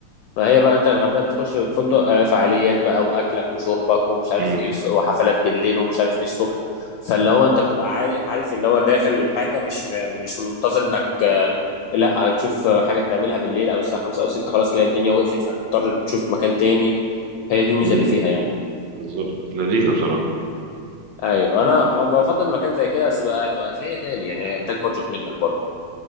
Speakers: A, on the left (about 80°); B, on the right (about 70°).
A: فهي بقى انت الغردقة بتخش الفندق آه، فعاليات بقى واكلك وشربك ومش عارف
B: امم
A: ايه وس- وحفلات بالليل ومش عارف ايه الصبح فاللي هو انت بتبقى عارف عارف اللي هو داخل الحاجة مش م- مش منتظر انك لا هتشوف حاجة تعملها بالليل أو الساعة خمسة أو ستة خلاص تلاقي الدنيا وقفت فهتضطر تشوف مكان تاني هي دي الميزة
B: أمم،
A: اللي
B: أمم.
A: فيها يعني
B: بالظبط لذيذة بصراحة
A: أيوة أنا بفضل مكان زي كده بس بقى بقى هتلاقيه غالي يعني هيحتاج بادجت منك برضه